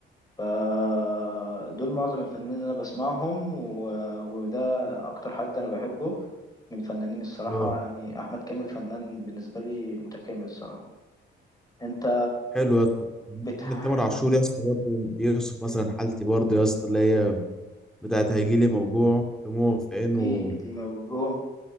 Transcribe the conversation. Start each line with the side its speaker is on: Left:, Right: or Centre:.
Left: فدول معظم الفنانين اللي انا بسمعهم و... وده اكتر حد انا بحبه من فنانين الصراحة
Centre: أه
Left: يعني احمد كامل فنان بالنسبة لي متكامل الصراحة انت
Centre: حلو يا اسطى
Left: بتحكي
Centre: عندك تامر عاشور يا اسطى برضه بيوصف مثلا حالتي برضه يا اسطى اللي هي بتاعت هيجيلي موجوع دموعه في عينه
Left: لي موجوع